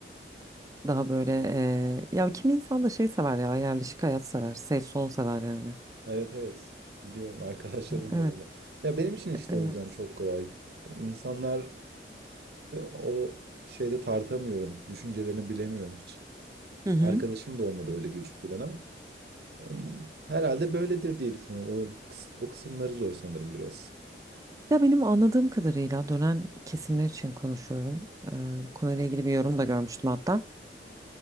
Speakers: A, on the right; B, on the right.
A: Daha böyle eee, ya kimi insan da şey sever ya yerleşik hayat sever. Safe zone sever yani.
B: Evet evet. Biliyorum arkadaşlarım
A: Evet,
B: var öyle. Ya benim için işte
A: evet.
B: o yüzden çok kolay. Hani insanları o şeyde tartamıyorum. Düşüncelerini bilemiyorum hiç.
A: Hı hı.
B: Arkadaşım da olmadı öyle göçüp giden ama. hmm, Herhalde böyledir diye düşünüyorum. O, kıs- o kısımları zor sanırım biraz.
A: Ya benim anladığım kadarıyla dönen kesimler için konuşuyorum. Ee, bu konuyla ilgili bir yorum da görmüştüm hatta.